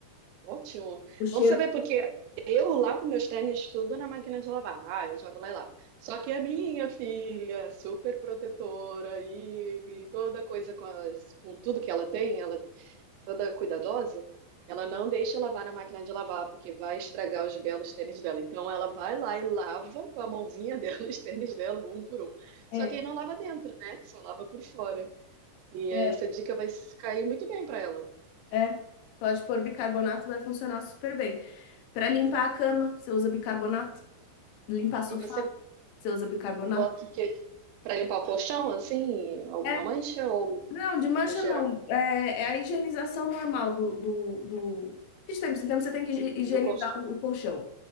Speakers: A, on the right; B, on the left.
A: Ótimo.
B: O cheiro
A: Vamos saber porque eu lavo meus tênis tudo na máquina de lavar. Ah, eu jogo lá e lavo. Só que a minha filha, super protetora e, e toda coisa com, as- com tudo que ela tem, ela toda cuidadosa, ela não deixa lavar na máquina de lavar, porque vai estragar os belos tênis dela. Então ela vai lá e lava com a mãozinha <laughs> dela os tênis dela, um por um. Só
B: É.
A: que aí não lava dentro, né? Só lava por fora. E
B: é
A: aí essa dica vai cair muito bem para ela.
B: É, pode pôr bicarbonato, vai funcionar super bem. Para limpar a cama, você usa bicarbonato. Limpar sofá,
A: E você
B: você usa bicarbonato.
A: bota o quê? Para limpar o colchão, assim, alguma
B: É,
A: mancha ou
B: não, de mancha
A: no geral?
B: não. É, é a higienização normal do, do, do... Porque de tempos em tempos você tem que hi- higienizar
A: Do colchão.
B: o, o colchão.